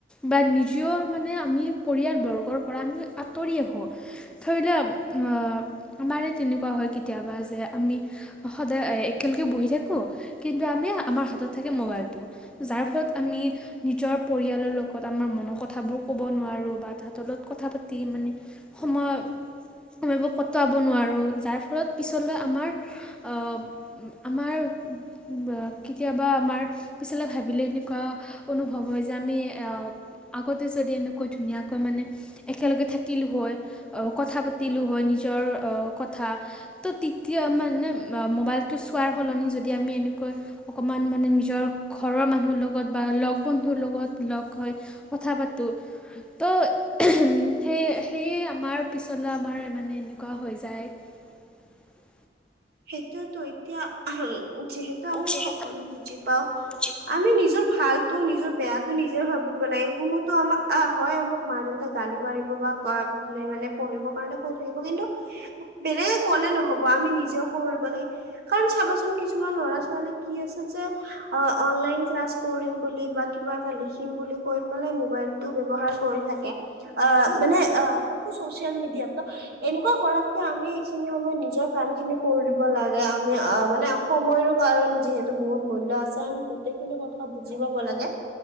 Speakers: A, in the centre; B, on the right.
A: বা ভিডিঅত মানে আমি পৰিয়াল বৰ্গৰ পৰা আমি আঁতৰি আহো, ধৰি লও আহ আমাৰ তেনেকুৱা হয় কেতিয়াবা যে, আমি সদায় একেলগে বহি থাকো কিন্তু আমি আমাৰ হাতত থাকে মোবাইলটো, যাৰ ফলত আমি নিজৰ পৰিয়ালৰ লগত আমাৰ মনৰ কথাবোৰ কব নোৱাৰো বা তাহাতৰ লগত কথা পাতি মানে সময় সময়বোৰ ক - টাব নোৱাৰোঁ, তাৰ ফলত পিছলৈ আমাৰ আ আমাৰ আ কেতিয়াবা আমাৰ পিছলৈ ভাবিলে এনেকুৱা অনুভৱ হয় যে, আমি আগতে যদি এনেকৈ ধুনীয়াকৈ মানে একেলগে থাকিলো হয়, আহ কথা পাতিলো হয়, নিজৰ অ কথা ত তৃতীয় মানে মোবাইলটো চোৱাৰ সলনি যদি আমি এনেকৈ, অকণমান মানে নিজৰ ঘৰৰ মানুহৰ লগত বা লগ বন্ধুৰ লগত লগ হৈ কথা পাতো ত' উম সেই সেইয়ে আমাৰ পিছলৈ আমাৰ মানে এনেকুৱা হৈ যায় <unintelligible>
B: সেইটোৱেতো এতিয়া আহম যিহেতু আমি
A: যিহেতু
B: সকলো বুজি পাওঁ,
A: বুজি
B: আমি নিজৰ ভালতো নিজৰ বেয়াটো নিজে ভাবিব লাগে, কোনোতো আমাক আহ হয় আমাক মা- দেউতাক গালি পাৰিব বা ক মানে পঢ়িবৰ কাৰণে কৈ থাকিব কিন্তু, বেলেগে কলে নহব আমি নিজেও কৰিব লাগে, কাৰণ চাবাচোন কিছুমান ল'ৰা- ছোৱালী কি আছে ছে, অ অনলাইন ক্লাছ কৰিম বুলি বা কিবা এটা লিখিম বুলি কৈ পেলাই মোবাইলটো ব্য ৱহাৰ কৰি থাকে, আ মানে আ তাকো চচিয়েল মিডিয়া ত এনেকুৱা কৰাতকে আমি সেইখিনি সময়ত নিজৰ কাম খিনি কৰি দিব লাগে আমি অ মানে সময়ো কাৰণ যিহেতু বহুত মূল্য আছে আমি গোটেইখিনি কথা বুজিব পাব লাগে।